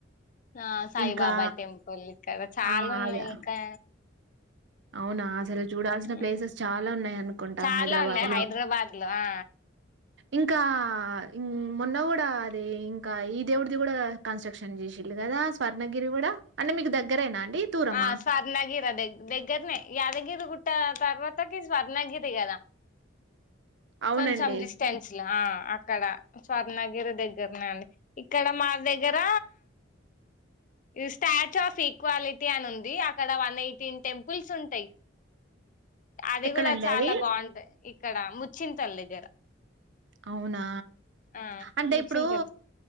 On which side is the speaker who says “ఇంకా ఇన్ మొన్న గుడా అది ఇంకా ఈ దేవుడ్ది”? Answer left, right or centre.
Right